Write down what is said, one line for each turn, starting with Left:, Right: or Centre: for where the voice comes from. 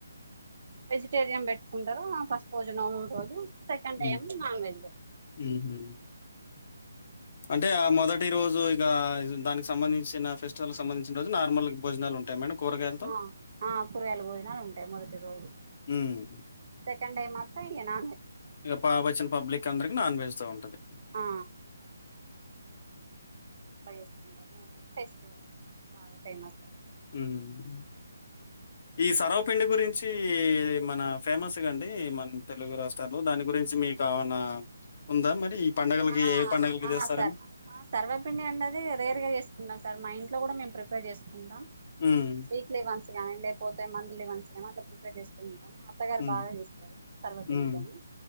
Right: వెజిటేరియన్ బట్ పెట్కుంటారు ఫస్ట్ రోజు నవరు రోజు సెకండ్
Left: హ్మ్.
Right: ఏ ఏం నాన్ వెజ్ పెట్టుంటారు
Left: హుహు.
Right: ఉ
Left: అంటే ఆ మొదటి రోజు ఇక దానికి సంబంధించిన ఫెస్టివల్ సంబంధించిన రోజు నార్మల్ భోజనాలు ఉంటాయి మేడం కూరగాయలతో?
Right: ఆ ఆ కురగాయలు భోజనాలు ఉంటాయి మొదటి రోజు
Left: హ్మ్
Right: కండ మాత్రం ఇంగ న
Left: ఇక పాప వచ్చిన పబ్లిక్ అందరికి నాన్ వెజ్ తో ఉంటది
Right: ఆ అబ్బా వేసుకుంటారు టెస్ట్ బాగా ఫేమస్ అ
Left: హ్మ్ ఈ సరవపిండి గురించి మన ఫేమస్ అండి మన తెలుగు రాష్ట్రాల్లో దాని గురించి మీ కావన ఉందా మరి పండగలకి
Right: ఆ
Left: ఏ పండగలకి
Right: ఆ
Left: చేస్తారని
Right: సర్ సర్వపిండి అన్నది రార్ గా చేస్తున్నా సార్ మా ఇంట్లో కూడా మేము ప్రిపేర్ చేసుకుంటునం
Left: ఉమ్
Right: వీక్లీ వన్ కానీ లేకతే మంత్లీ మంత్లీ వన్స్ కానీ అట్లా ప్రిపేర్ చేస్తూ ఉంటాం మా అత్తగారు
Left: ఉమ్
Right: బాగా చేస్తారు తర్వాతన్నితోని
Left: ఉమ్